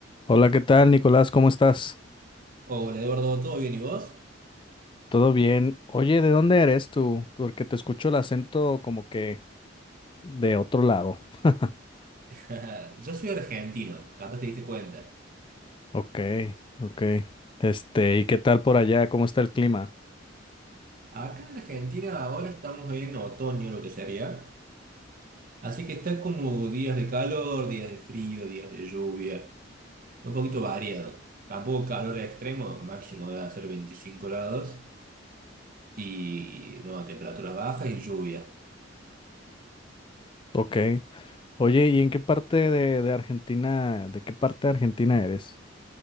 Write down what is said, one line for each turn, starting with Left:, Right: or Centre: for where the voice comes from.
Left: Hola, ¿qué tal, Nicolás? ¿Cómo estás?
Right: Hola Eduardo, ¿todo bien y vos?
Left: ¿Todo bien? Oye, ¿de dónde eres tú? Porque te escucho el acento como que de otro lado. <laughs>
Right: <laughs> Yo soy argentino, capaz te diste cuenta.
Left: Ok, ok. Este, ¿y qué tal por allá? ¿Cómo está el clima?
Right: Acá en Argentina ahora estamos en otoño, lo que sería. Así que está como días de calor, días de frío, días de lluvia, un poquito variado. Tampoco calor extremo, máximo debe ser 25 grados y bueno, temperaturas bajas y lluvia.
Left: Ok. Oye, ¿y en qué parte de, de Argentina, de qué parte de Argentina eres?